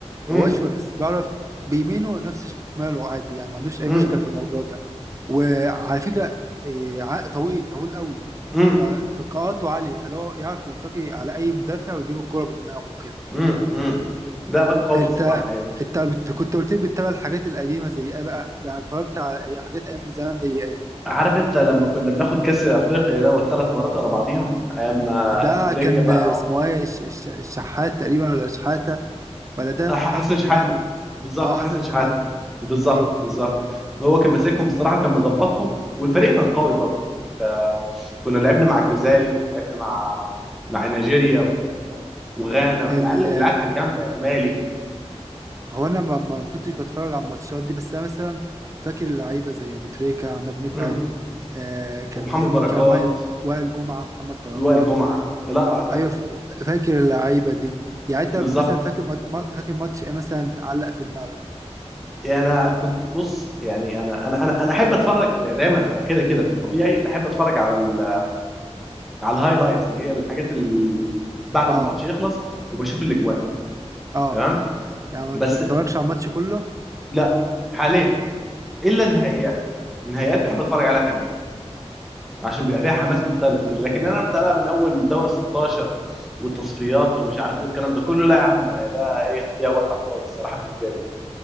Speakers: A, in the centre; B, on the right.
A: امم
B: هو أشول بس بعرف بيمينه نفس شماله عادي يعني ما عندوش أي
A: امم
B: مشكلة في الموضوع ده وعلى فكرة إيه، ع- طويل طويل قوي
A: امم
B: فارتقاءاته عالية فلو يعرف يرتقي على أي مدافع ويجيب الكرة بدماغه كده
A: امم امم لا واد قوي
B: انت
A: الصراحة يعني
B: انت بت- كنت قلت لي بتتابع الحاجات القديمه زي ايه بقى؟ انت اتفرجت على أي حاجات ايام زمان زي ايه؟
A: عارف انت لما كنا بناخد كاس افريقيا دوت ثلاث مرات ورا بعضيهم ايام آه،
B: ده
A: ابو تريكة
B: كان
A: بقى
B: اسمه ايه الش- الش- الشحات تقريبا ولا شحاته ولا ده
A: ح-
B: قصدك
A: حسن شحاته
B: الاهلي
A: بالظبط
B: اه حسن
A: حسن شحاته
B: شحاته
A: بالظبط
B: ايوه
A: بالظبط هو كان ماسكهم بصراحه وكان مظبطهم والفريق كان قوي برضو يعني انت- كنا لعبنا مع الجزائر ولعبنا مع مع نيجيريا و... وغانا
B: ال...
A: العيال العيال كانت جامده يعني ومالي
B: هو انا ما, ما ما كنتش بتفرج على الماتشات دي بس انا مثلا فاكر اللعيبه زي ابو تريكه عماد متعب
A: مم.
B: آه كان
A: ومحمد بركات
B: مين كان وائل وائل جمعه محمد بركات
A: وائل جمعه الاقرع ده
B: ايوه ف- فاكر اللعيبه دي يعني انت
A: بالظبط
B: مثلا فاكر مات- ما- فاكر ماتش ايه مثلا علق في دماغك
A: يعني انا كنت بص يعني انا انا انا انا احب اتفرج يعني دايما انا كده كده في الطبيعي بحب اتفرج على ال... على الهايلايتس اللي هي الحاجات ال... بعد
B: اه
A: ما الماتش يخلص وبشوف الاجوان
B: اه
A: تمام
B: يعني ما
A: بس
B: بتتفرجش على الماتش كله
A: لا حاليا الا النهائيات النهائيات بحب اتفرج عليها كامله عشان بيبقى فيها
B: امم
A: حماس مختلف كده لكن انا ابدا بقى من اول دور 16 والتصفيات ومش عارف ايه الكلام ده كله لا يا عم ده ايه تضييع وقت على الفاضي الصراحه بالنسبه لي